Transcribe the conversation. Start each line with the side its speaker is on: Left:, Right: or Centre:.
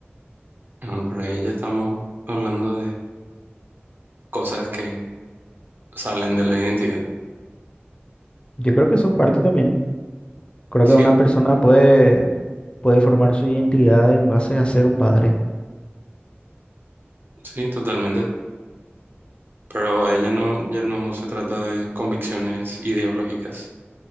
Right: No, pero ahí ya estamos hablando de cosas que salen de la identidad.
Left: Yo creo que son parte también. Creo
Right: Y Sí,
Left: que una persona
Right: Mm.
Left: puede, puede formar su identidad en base a ser un padre.
Right: sí, totalmente. Pero ahí ya no, ya no se trata de convicciones ideológicas.